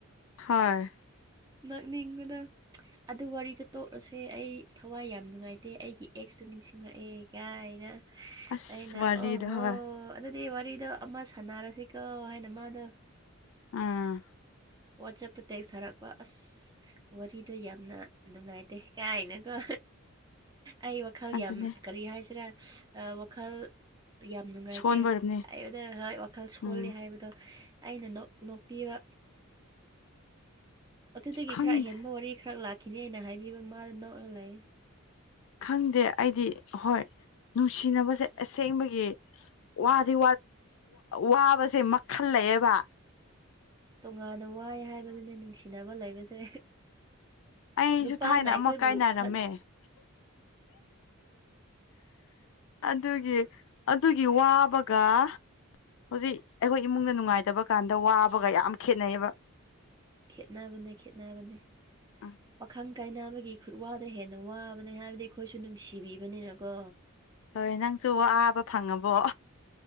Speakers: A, on the left; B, on the right.
A: ꯍꯣꯏ
B: ꯅꯛꯅꯤꯡꯕꯗ ꯑꯗꯨ ꯋꯥꯔꯤꯗ ꯇꯣꯛꯂꯁꯦ ꯑꯩ ꯊꯋꯥꯏ ꯌꯥꯝ ꯅꯨꯡꯉꯥꯏꯇꯦ ꯑꯩꯒꯤ ꯑꯦꯛꯁꯇ ꯅꯤꯡꯁꯤꯡꯂꯛꯑꯦ ꯀꯥꯏꯅ
A: ꯑꯁ
B: ꯑꯩꯅ
A: ꯋꯥꯔꯤꯗꯣ
B: ꯑꯣꯍꯣ
A: ꯍꯣꯏ
B: ꯑꯗꯨꯗꯤ ꯋꯥꯔꯤꯗꯣ ꯑꯃ ꯁꯥꯟꯅꯔꯁꯤꯀꯣ ꯍꯥꯏꯅ ꯃꯥꯗꯣ
A: ꯎꯝ
B: ꯋꯥꯆꯦꯞꯇ ꯇꯦꯛꯁ ꯊꯥꯔꯛꯄ ꯑꯁ ꯋꯥꯔꯤꯗꯣ ꯌꯥꯝꯅ ꯅꯨꯡꯉꯥꯏꯇꯦ ꯀꯥꯏꯅꯀꯣ ꯑꯩ ꯋꯥꯈꯜ
A: ꯑꯗꯨꯅꯦ
B: ꯌꯥꯝ ꯀꯔꯤ ꯍꯥꯏꯁꯤꯔꯥ ꯋꯥꯈꯜ ꯌꯥꯝ ꯅꯨꯡꯉꯥꯏꯇꯦ
A: ꯁꯣꯟꯕ ꯑꯣꯏꯔꯝꯅꯤ
B: ꯑꯩꯕꯗ ꯍꯣꯏ ꯋꯥꯈꯜ ꯁꯣꯜꯂꯦ
A: ꯎꯝ
B: ꯍꯥꯏꯕꯗꯣ ꯑꯩꯅ ꯅꯣꯛꯄꯤꯕ ꯑꯗꯨꯗꯒꯤ
A: ꯈꯪꯗꯦ
B: ꯈꯔ ꯑꯍꯦꯟꯕ ꯋꯥꯔꯤ ꯈꯔ ꯂꯥꯛ ꯈꯤꯅꯦ ꯑꯅ ꯍꯥꯏꯕꯤꯕ ꯃꯥꯗ ꯅꯣꯛꯅ ꯂꯩ
A: ꯈꯪꯗꯦ ꯑꯩꯗꯤ ꯍꯣꯏ ꯅꯨꯡꯁꯤꯅꯕꯁꯦ ꯑꯁꯦꯡꯕꯒꯤ ꯋꯥꯗꯤ ꯋꯥꯕꯁꯦ ꯃꯈꯜ ꯂꯩꯑꯦꯕ
B: ꯇꯣꯉꯥꯟꯅ ꯋꯥꯏ ꯍꯥꯏꯕꯗꯨꯅꯦ ꯅꯨꯡꯁꯤꯅꯕ ꯂꯩꯕꯁꯦ
A: ꯑꯩꯁꯨ
B: ꯅꯨꯄꯥꯅ
A: ꯊꯥꯏꯅ
B: ꯑꯩꯈꯣꯏꯕꯨ
A: ꯑꯃ ꯀꯥꯏꯅꯔꯝꯃꯦ
B: ꯐ
A: ꯑꯗꯨꯒꯤ ꯑꯗꯨꯒꯤ ꯋꯥꯕꯒ ꯍꯧꯖꯤꯛ ꯑꯩꯈꯣꯏ ꯏꯃꯨꯡꯗ ꯅꯨꯡꯉꯥꯏꯇꯕ ꯀꯥꯟꯗ ꯋꯥꯕꯒ ꯌꯥꯝ ꯈꯦꯠꯅꯩꯌꯦꯕ
B: ꯈꯦꯅꯕꯅꯦ ꯈꯦꯅꯕꯅꯦ
A: ꯎꯝ
B: ꯄꯥꯈꯪ ꯀꯥꯏꯅꯕ ꯑꯩꯒꯤ ꯈꯨꯠꯋꯥꯗ ꯍꯦꯟꯅ ꯋꯥꯕꯅꯦ ꯍꯥꯏꯕꯗꯤ ꯑꯩꯈꯣꯏꯁꯨ ꯅꯨꯡꯁꯤꯕꯤꯕꯅꯤꯅꯀꯣ
A: ꯍꯣꯏ ꯅꯪꯁꯨ ꯑꯕ ꯐꯪꯉꯕꯣ